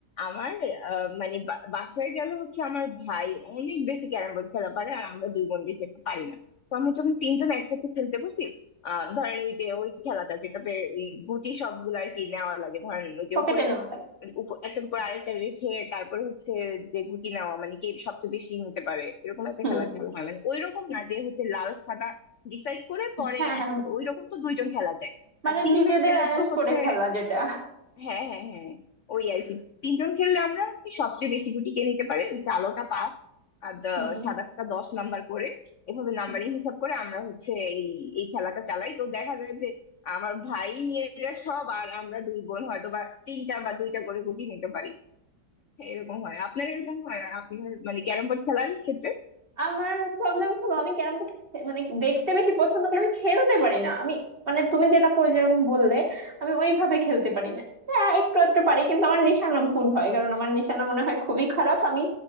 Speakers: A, on the left; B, on the right.
A: আমার আহ, মানে বা- বাসায় গেলে হচ্ছে আমার ভাই অনেক বেশি ক্যারাম বোর্ড খেলা পারে আর আমরা দুই বোন বেশি একটা পারি না তো আমরা যখন তিনজন একসাথে খেলতে বসি আহ ধরেন ওই যে ওই খেলাটা যেটাতে ওই গুটি সবগুলো আর কি নেওয়া লাগে ধরেন ওই যে
B: পকেটে
A: উপরে
B: নেওয়া লাগে
A: মানে উপ- একটার উপর আরেকটা রেখে তারপরে হচ্ছে যে গুটি নেওয়া মানে কে সবচেয়ে বেশি নিতে পারে এরকম একটা
B: হুম
A: খেলা খেলা হয় মানে ওইরকম না যে হচ্ছে লাল সাদা ডিসাইড করে পরে
B: হ্যাঁ হ্যাঁ
A: এক- ওইরকম তো দুইজন খেলা যায়
B: মানে
A: আর তিনজন
B: নিজেদের
A: খেলে
B: অ্যারেঞ্জ
A: তো হচ্ছে
B: করে খেলা যেটা
A: হ্যাঁ হ্যাঁ হ্যাঁ ওই আর কি তিনজন খেললে আমরা কি সবচেয়ে বেশি গুটি কে নিতে পারে ওই কালোটা পাঁচ আর দ-
B: হুম
A: সাদাটা দশ নাম্বার করে এভাবে নাম্বারিং
B: হুম।
A: হিসাব করে আমরা হচ্ছে এই এই খেলাটা চালাই তো দেখা যায় যে আমার ভাই নিয়ে যায় সব আর আমরা দুই বোন হয়তো বা তিনটা বা দুইটা করে গুটি নিতে পারি হ্যাঁ, এরকম হয় আপনার এরকম হয় আপনার মানে ক্যারম বোর্ড খেলার ক্ষেত্রে
B: আমার প্রবলেম হলো আমি ক্যারাম বোর্ড মানে দেখতে বেশি পছন্দ করি আমি খেলতে পারি না আমি মানে তুমি যেটা কই যেরকম বললে আমি ওইভাবে খেলতে পারি না হ্যাঁ একটু একটু পারি কিন্তু আমার নিশানা ভুল হয় কারণ আমার নিশানা মনে হয় খুবই খারাপ আমি